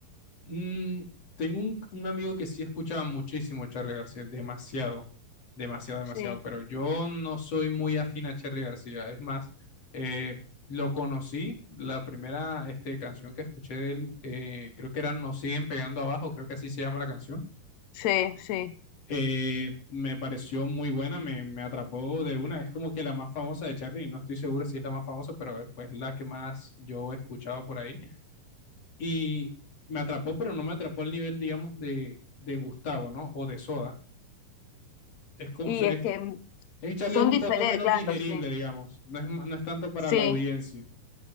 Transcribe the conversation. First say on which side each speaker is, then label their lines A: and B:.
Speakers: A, on the left; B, on the left.
A: Mm, tengo un, un amigo que sí escuchaba muchísimo Charlie García, demasiado, demasiado, demasiado,
B: sí,
A: pero yo no soy muy afín a Charlie García. Es más, eh, lo conocí, la primera este, canción que escuché de él, eh, creo que era Nos siguen pegando abajo, creo que así se llama la canción.
B: sí, sí.
A: eh, me pareció muy buena, me, me atrapó de una. Es como que la más famosa de Charlie, no estoy seguro si es la más famosa, pero es pues la que más yo he escuchado por ahí. Y me atrapó, pero no me atrapó al nivel, digamos, de, de Gustavo, ¿no? O de Soda. Es como,
B: Y
A: so, es,
B: es que mm,
A: es- Charlie
B: son
A: es un
B: diferentes,
A: poco menos
B: claro,
A: digerible,
B: sí.
A: digamos. No es, ma- no es tanto para
B: Sí.
A: la audiencia.